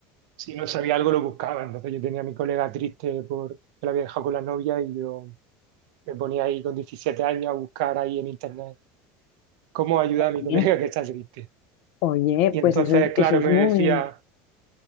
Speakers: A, on the right; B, on the left.
A: si no sabía algo, lo buscaba. Entonces yo tenía a mi colega triste por que la había dejado con la novia y yo me ponía ahí con 17 años a buscar ahí en internet cómo ayudar a mi
B: Bien.
A: colega que está triste.
B: Oye,
A: Y
B: pues
A: entonces,
B: eso es,
A: claro,
B: eso es
A: me
B: muy...
A: decía.